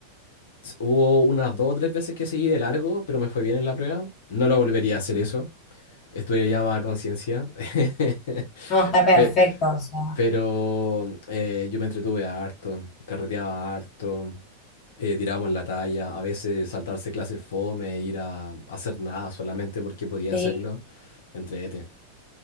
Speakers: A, on the left; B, on the left.
A: Hubo unas dos o tres veces que seguí de largo, pero me fue bien en la prueba. No lo volvería a hacer eso. Estuve ya más a conciencia. <laughs>
B: No, está perfecto,
A: Pe-
B: o sea,
A: Pero eh, yo me entretuve harto, carreteaba harto, eh, tirábamos la talla, a veces saltarse clases fome, ir a, a hacer nada solamente porque podía
B: sí,
A: hacerlo. Entrete.